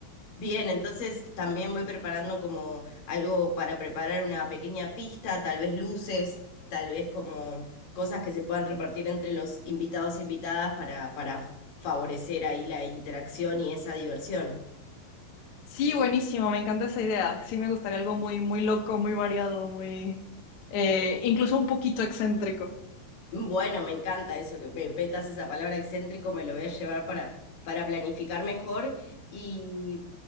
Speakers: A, on the left; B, on the left.
A: Bien, entonces también voy preparando como algo para preparar una pequeña pista, tal vez luces, tal vez como cosas que se puedan repartir entre los invitados e invitadas para, para favorecer ahí la interacción y esa diversión.
B: Sí, buenísimo, me encanta esa idea. Sí, me gustaría algo muy, muy loco, muy variado, muy, eh, incluso un poquito excéntrico.
A: Bueno, me encanta eso, que me petas esa palabra excéntrico, me lo voy a llevar para, para planificar mejor. Y